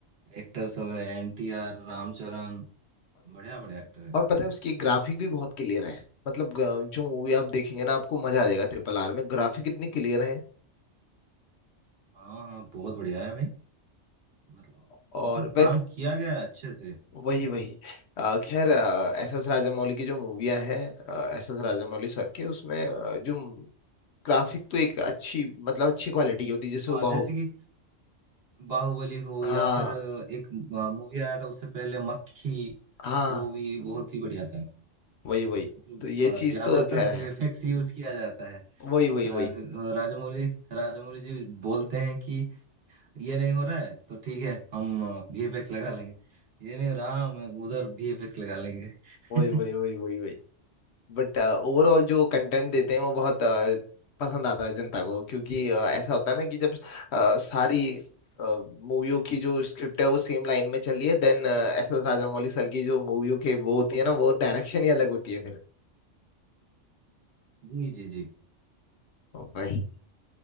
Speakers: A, on the right; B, on the left.
A: एक्टर सब है एन टी आर रामचरण बढ़िया बढ़िया एक्टर है
B: और पता है उसकी ग्राफिक भी बहुत क्लियर है मतलब ग- जो मूवी आप देखेंगे ना आपको मजा आ जाएगा ट्रिपल आर में ग्राफिक इतने क्लियर है
A: हाँ हाँ बहुत बढ़िया है भाई मतलब
B: और
A: मतलब
B: वैस
A: काम किया गया है अच्छे से
B: वही वही अ, खैर एस एस राजामौली की जो मूवियां हैं एस एस राजामौली सर के उसमें अ, जो ग्राफिक तो एक अच्छी मतलब अच्छी क्वालिटी की होती है जैसे
A: हाँ
B: वो
A: जैसे
B: बाहु
A: कि बाहुबली हो
B: हाँ
A: या फिर एक मूवी आया था उससे पहले मक्खी
B: हाँ
A: वो भी बहुत ही बढ़िया था
B: वही वही
A: मतलब
B: तो ये
A: अ,
B: चीज
A: ज्यादातर
B: तो खैर है
A: वीएफएक्स यूज किया जाता है
B: वही
A: अ,
B: वही वही
A: राजामौली राजामौली जी बोलते हैं कि ये नहीं हो रहा है तो ठीक है हम वीएफएक्स लगा लेंगे ये नहीं हो रहा हम उधर वीएफएक्स लगा लेंगे
B: वही
A: <laughs>
B: वही वही वही वही बट ओवरऑल जो कंटेंट देते हैं वो बहुत अ, पसंद आता है जनता को क्योंकि अ, ऐसा होता है ना कि जब अ, सारी मूवियों की जो स्क्रिप्ट है वो सेम लाइन में चल रही है then एस एस राजामौली sir की जो मूवियों के वो होती है ना वो डायरेक्शन ही अलग होती है फिर
A: जी जी जी
B: वही